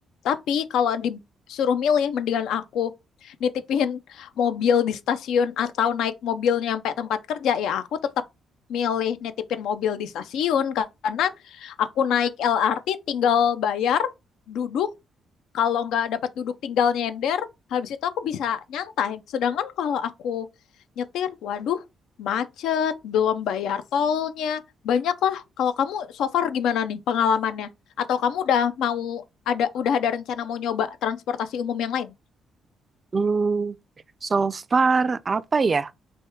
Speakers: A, on the left; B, on the right.
A: Tapi kalau disuruh milih, mendingan aku nitipin mobil di stasiun atau naik mobil nyampe tempat kerja, ya aku tetap milih nitipin mobil di stasiun karena aku naik LRT tinggal bayar, duduk, kalau nggak dapat duduk tinggal nyender habis itu aku bisa nyantai sedangkan kalau aku nyetir waduh macet belum bayar tolnya banyak lah kalau kamu so far gimana nih pengalamannya atau kamu udah mau ada udah ada rencana mau nyoba transportasi umum yang lain
B: Hmm, so far apa ya?